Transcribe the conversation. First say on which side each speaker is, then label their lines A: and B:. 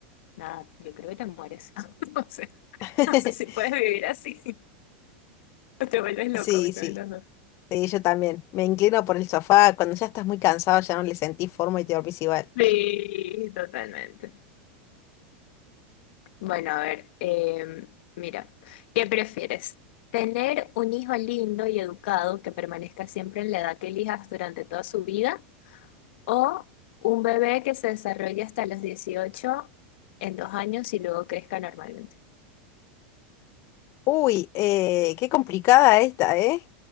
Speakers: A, on the left; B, on the left.
A: nada, yo creo que te mueres. <laughs> No sé,
B: <laughs>
A: no sé si puedes vivir así <laughs> o te vuelves loco
B: Sí,
A: uno
B: sí,
A: de los dos.
B: sí, yo también. Me inclino por el sofá. Cuando ya estás muy cansado ya no le sentís forma y te dormís igual.
A: Sí, totalmente. Bueno, a ver, em, mira, ¿qué prefieres? ¿Tener un hijo lindo y educado que permanezca siempre en la edad que elijas durante toda su vida? ¿O un bebé que se desarrolle hasta los 18 en dos años y luego crezca normalmente?
B: Uy, eh, qué complicada esta, ¿eh?